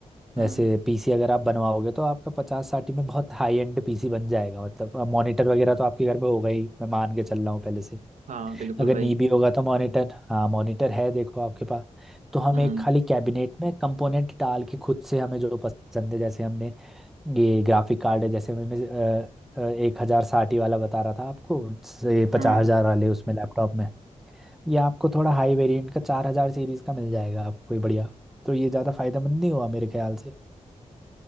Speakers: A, in the centre; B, on the right (about 80°).
A: जैसे
B: हम्म
A: पीसी अगर आप बनवाओगे तो आपका पचास साठ में बहुत हाई एंड पीसी बन जाएगा मतलब मॉनिटर वगैरह तो आपके घर में होगा ही मैं मान के चल रहा हूँ पहले से
B: हाँ बिल्कुल
A: अगर
B: भाई
A: नहीं भी होगा तो मॉनिटर हाँ मॉनिटर है देखो आपके पास तो हम
B: हम्म
A: एक खाली कैबिनेट में कंपोनेंट डाल के खुद से हमें जो पसंद है जैसे हमने ये ग्राफिक कार्ड है जैसे हमें अ, अ, एक हजार साठ वाला बता रहा था आपको से
B: हम्म
A: पचास हजार वाले उसमें लैपटॉप में ये आपको थोड़ा हाई वेरिएंट का चार हजार सीरीज का मिल जाएगा आपको ये बढ़िया तो ये ज़्यादा फायदेमंद नहीं हुआ मेरे ख्याल से।